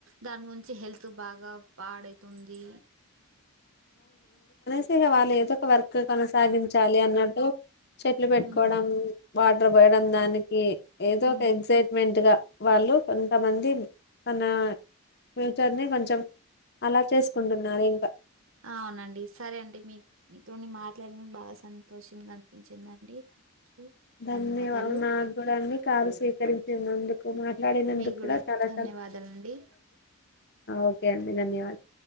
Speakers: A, on the right; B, on the left.
A: దాన్నుంచి హెల్త్. ల్త్ బాగా పాడైతుంది
B: అంతే గా వాళ్ళు ఏదో ఒక వర్క్ కొనసాగించాలి అన్నట్టు చెట్లు పెట్టుకోవడం,
A: ఉమ్
B: వాటర్ పోయడం దానికి ఏదో
A: ఉమ్
B: ఒక ఎక్సైట్మెంట్గా వాళ్లు కొంతమంది తనా ఫ్యూచర్ని కొంచెం అలా చేసుకుంటున్నారు ఇంకా
A: అవునండి? సరే అండి మీ మీతోని మాట్లాడిన బాగా సంతోషంగా అనిపించిందండి, థ్యాంక్. <unintelligible>
B: ధన్యవా
A: ధన్యవాదాలు
B: నాగుడండి కాల్ స్వీకరించినందుకు మాట్లాడినందుకుడా
A: మీకు కూడా
B: చాలా
A: ధన్యవాదాలండి
B: ఓకే అండి ధన్యవాద్